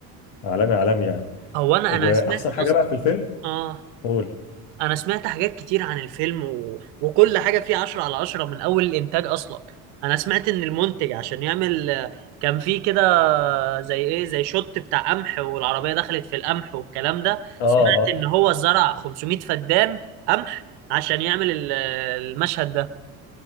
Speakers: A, on the left; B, on the right.
A: عالمي عالمي يعني
B: هو انا
A: واحسن
B: انا سمعت اصلا
A: حاجة بقى في الفيلم
B: اه
A: قول
B: انا سمعت حاجات كتير عن الفيلم و... وكل حاجه فيه عشرة على عشرة من اول الانتاج اصلا انا سمعت ان المنتج عشان يعمل كان فيه كده زي ايه زي شوت بتاع قمح والعربيه دخلت في القمح والكلام ده
A: اه
B: سمعت
A: اه
B: ان هو زرع 500 فدان قمح عشان يعمل ال- المشهد ده